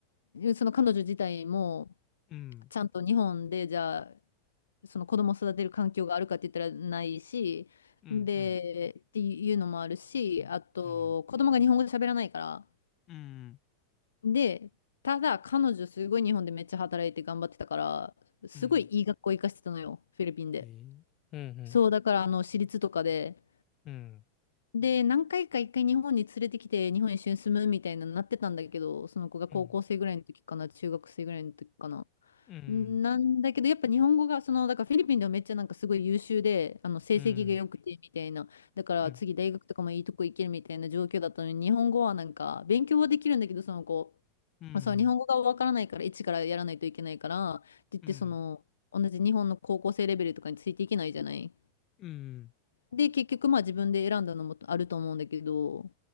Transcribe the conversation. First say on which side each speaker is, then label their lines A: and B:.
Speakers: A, on the left; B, on the left.
A: その彼女自体も、
B: うん、
A: ちゃんと日本で、じゃあ、その子供を育てる環境があるかって言ったらないし、
B: うん、うん、
A: で、
B: うん。
A: っていうのもあるし、あと、
B: うん
A: 子供が日本語喋らないから、
B: うん
A: で、ただ彼女すごい日本でめっちゃ働いて頑張ってたから、すごいいい学校行かしてたのよ、
B: うん。
A: フィリピンで。
B: えー、うん、うん、
A: そう、だからあの、私立とかで。
B: うん、
A: で、何回か一回日本に連れてきて、日本一緒に住むみたいなのなってたんだけど、その子が高校生ぐらいの時かな、
B: うん、
A: 中学生ぐらいの時かな。
B: うん、
A: なんだけど、やっぱ日本語が、その、だからフィリピンではめっちゃなんかすごい優秀で、あの、成績が良くてみたいな、
B: うん、
A: だから次大学とかもいいとこ行けるみたいな状況だったのに、
B: うん、うん、
A: 日本語はなんか、勉強はできるんだけど、その子、
B: うん、
A: そう、日本語がわからないから、一からやらないといけないから、って言って、
B: うん、
A: その、同じ日本の高校生レベルとかについていけないじゃない。
B: うん、
A: で、結局まあ自分で選んだのもあると思うんだけど、